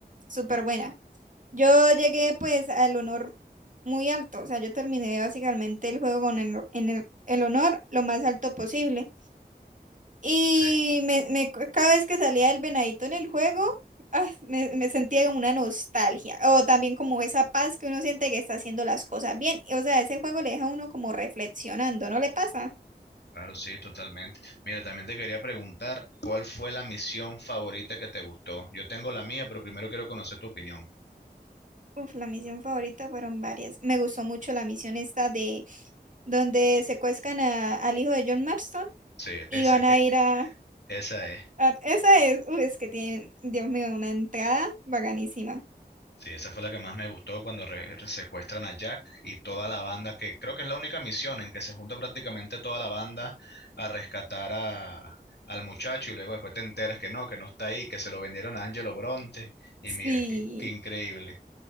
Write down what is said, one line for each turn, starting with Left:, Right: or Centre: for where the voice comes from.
Right: súper buena. Yo llegué pues al honor muy alto. O sea, yo terminé básicamente el juego con el, en el, el honor lo más alto posible. Y
Left: Sí,
Right: me, me- cada vez que salía el venadito en el juego, ah, me, me sentía como una nostalgia. O también como esa paz que uno siente que está haciendo las cosas bien. y, O sea, ese juego le deja a uno como reflexionando, ¿no le pasa?
Left: claro, sí, totalmente. Mira, también te quería preguntar, ¿cuál fue la misión favorita que te gustó? Yo tengo la mía, pero primero quiero conocer tu opinión.
Right: Uf, la misión favorita fueron varias. Me gustó mucho la misión esta de donde secuestran a- al hijo de John Marston
Left: Sí,
Right: y
Left: esa,
Right: van
Left: e-
Right: a ir a,
Left: esa es.
Right: Ah, Esa es, uy, es que tienen, Dios mío, una entrada bacanísima.
Left: Sí, esa fue la que más me gustó cuando re- re- secuestran a Jack y toda la banda, que creo que es la única misión en que se junta prácticamente toda la banda a rescatar a, al muchacho y luego después te enteras que no, que no está ahí, que se lo vendieron a Angelo Bronte y
Right: Sí,
Left: mira, qué, qué increíble.